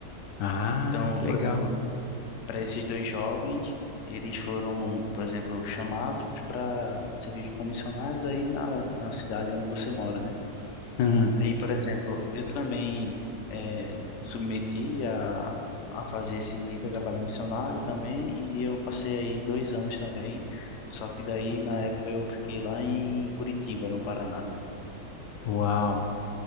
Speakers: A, on the left; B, on the left.
A: Ah,
B: Então,
A: que
B: por
A: legal.
B: exemplo, para esses dois jovens, eles foram, por exemplo, chamados para servir como missionários aí na, na cidade onde você mora, né?
A: Uhum.
B: Aí, por exemplo, eu também eh, submeti a, a fazer esse trabalho missionário também, e eu passei aí dois anos também, só que daí na época eu fiquei lá em Curitiba, no Paraná.
A: Uau.